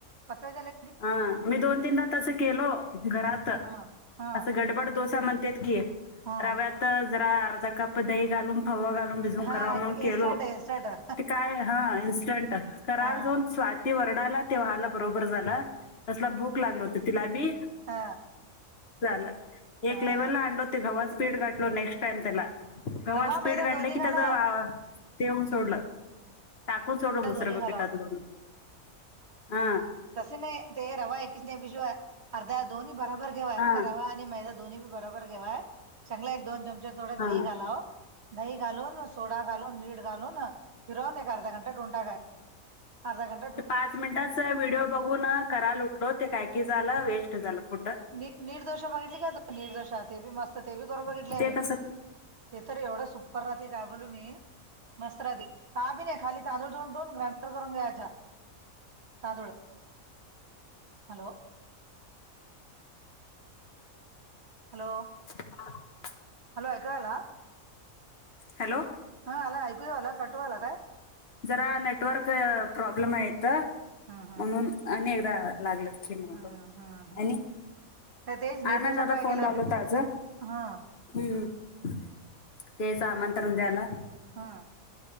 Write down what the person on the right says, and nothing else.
पता चले
हा हा
हा
हा
इन्स्टंट
आहे इन्स्टंट आहे.
हा
हा
हा
रवा
मैदा
दोन्ही
घालाव
मैदा दोन्ही घालाव
तसं नाही ते रवा एकच बिजवं अर्धा दोन्ही बराबर घेवं
रवा आणि मैदा दोन्ही बरोबर घेवा चांगलयं एक दोन चमचे थोडे
दही घालावं आणि दही घालून सोडा घालून मीठ घालून फिरवून एक अर्धा घंटा अर्धा घं <inaudible>
नि निर्दोषा बघितली का तू निर्दोष ते बी मस्त ते बी करून बघितले
आम्ही.
ते तर एवढं सुपर राहते का बोलू मी मस्त राहते. का बी नाही खाली तांदूळ धोवुन ग्राँंडर करून घ्यायच्या- तांदुळ हॅलो हॅलो.
हॅलो ऐकू आला
हा आला ऐकूया आला कटू आला काय?
हम्म हम्म
हम्म
हम्म
हम्म हम्म तर तेच निर्दोष
ट्राय
केलं
होत
हं,
हां.